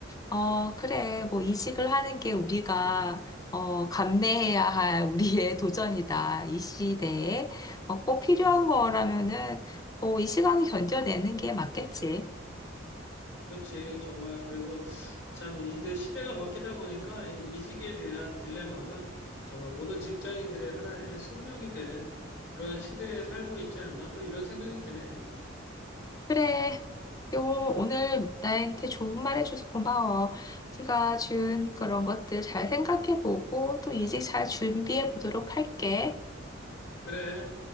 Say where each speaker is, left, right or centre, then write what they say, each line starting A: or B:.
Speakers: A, on the left; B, on the left.
A: 어, 그래. 뭐, 이직을 하는 게 우리가, 어, 감내해야 할 <laughs> 우리의 도전이다. 이 시대에. 어, 꼭 필요한
B: 음,
A: 거라면은, 뭐, 이 시간을 견뎌내는 게 맞겠지.
B: 그렇지. 정말 그래도 참 이제 시대가 바뀌다 보니까 이 이직에 대한 딜레마가 정말 모든 직장인들의 하나의 숙명이 된 그러한 시대에 살고 있지 않나 또 이런 생각이 드네.
A: 그래. 요, 오늘 나한테 좋은 말 해줘서 고마워. 네가 준 그런 것들 잘 생각해보고, 또 이직 잘 준비해보도록 할게.
B: 그래.